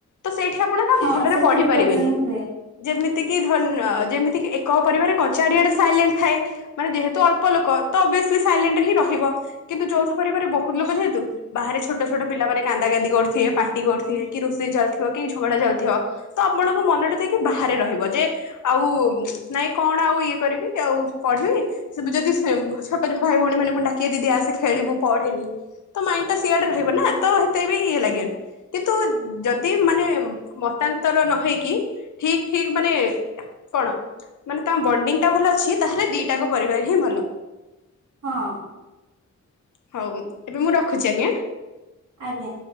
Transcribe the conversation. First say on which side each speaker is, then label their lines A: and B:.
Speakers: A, on the left; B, on the right.
A: ତ ସେଇଠି ଆପଣ ନା
B: ହଁ
A: ଭଲରେ
B: ସେଥିରେ
A: ପଢି ପାରିବେନି।
B: ପ୍ରୋବ୍ଲେମ ହୁଏ
A: ଯେମିତି କିି ଧରିନିଅ ଯେମିତି କିି ଏକ ପରିବାର ରେ କ ଚାରିଆଡେ ସାଇଲେଣ୍ଟ ଥାଏ। ମାନେ ଯେହେତୁ ଅଳ୍ପ ଲୋକ ତ ଅବିଅସଲି ସାଇଲେଟ ହିଁ ରହିବ। କିନ୍ତୁ ଯୌଥ ପରିବ ବହୁତ ଲୋକ ଯେହେତୁ ବାହାରେ ଛୋଟ ଛୋଟ ପିଲାମାନେ କାନ୍ଦା କାନ୍ଦି କର କରିଥିବେ ପାଟି କରଥେ କି ରୋଷେଇ ଚାଲିଥିବ କି ଝଗଡା ଚାଲିଥିବ ତ ଆପଣଙ୍କ ମନ ଟେ ଯାଇକି ବାହାରେ ରହିବ ଯେ ଆଉ ନାଇଁ କଣ ଆଉ ଇଏ କରିବି ଆଉ ପଢିବି <unintelligible> ଛୋଟଛୋଟ ଭାଇ ଭଉଣି ମାନେ ପୁଣି ଡାକିଏ ଦି ଆସେ ଖେଳିବୁ ପଢେନି। ତ ମାଇଣ୍ଡ ଟା ସିଆଡ ରହିବ ନା ତ ହେତେ ବି ଇଏ ଲାଗେନି। କିନ୍ତୁ ଯଦି ମାନେ ମତାନ୍ତର ନ ହେଇକି ଠିକ ଠିକ ମାନେ କଣ ମାନେ ତମ ବଣ୍ଡିଙ୍ଗ ଟା ଭଲ ଅଛି ତାହେଲେ ଦିଟାଙ୍କ ପରିବାର ହିଁ ଭଲ।
B: ହଁ।
A: ହଉ ଏବେ ମୁଁ ରଖୁଚି ଆଜ୍ଞା।
B: ଆଜ୍ଞା।